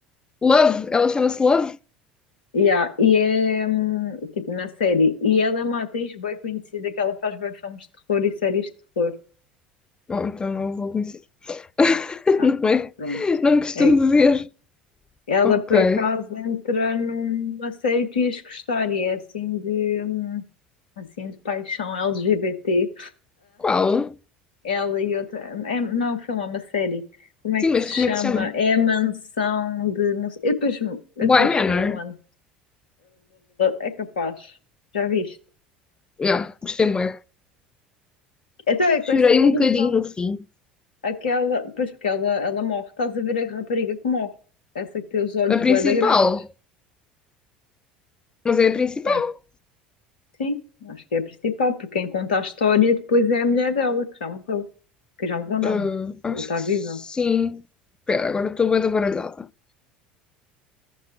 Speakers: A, on the left; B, on the left.
A: Love. Ela chama-se Love?
B: Yeah. E é hum, tipo na série. E ela é uma atriz bem conhecida que ela faz bem filmes de terror e séries de terror.
A: Bom, então não vou conhecer. <laughs>
B: Ah,
A: Não é?
B: pronto.
A: Não costumo
B: É-
A: dizer.
B: ela
A: Ok.
B: por acaso entra numa série que tu ias gostar e é assim de, hum, assim de paixão LGBT.
A: Qual?
B: Ela e outra. É, não é um filme, é uma série. Como é
A: Sim,
B: que
A: mas
B: se
A: como
B: chama?
A: é que se chama?
B: É a mansão de. Não sei, eu depois, eu depois,
A: Bly Manor.
B: mano. É capaz. Já viste?
A: Yeah, gostei bué.
B: Então é com
A: Chorei
B: essa maluca.
A: um bocadinho no fim.
B: Aquela. Pois porque ela, ela morre. Estás a ver a rapariga que morre. Essa que tem os olhos
A: A principal.
B: bué da grandes.
A: Mas é a principal.
B: É. Sim, acho que é a principal, porque quem conta a história depois é a mulher dela, que já morreu. Que já morreu, não.
A: Ah, acho
B: Está
A: que sim.
B: viva.
A: Espera, agora estou bué da baralhada.